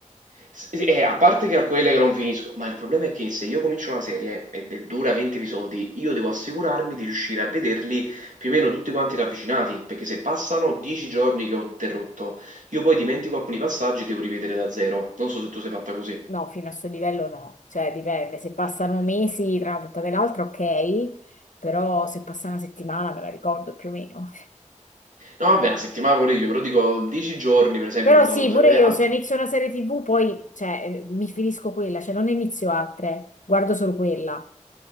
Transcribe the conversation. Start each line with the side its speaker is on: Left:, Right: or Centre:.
Right: S sì, eh, a parte che a quelle che non finisco, ma il problema è che se io comincio una serie ed è dura 20 episodi, io devo assicurarmi di riuscire a vederli più o meno tutti quanti ravvicinati, perché se passano 10 giorni che ho interrotto, io poi dimentico alcuni passaggi e devo rivedere da zero. Non so se tu sei fatta così.
Left: No, fino al suo livello no, cioè dipende, se passano mesi tra una puntata e l'altra ok, però se passa una settimana me la ricordo più o meno.
Right: No, vabbè, la settimana pure io, però dico 10 giorni, per esempio,
Left: Però
Right: ho notato.
Left: sì, pure
Right: eh,
Left: io
Right: a-
Left: se inizio una serie TV poi cioè, eh, mi finisco quella, cioè non ne inizio altre, guardo solo quella.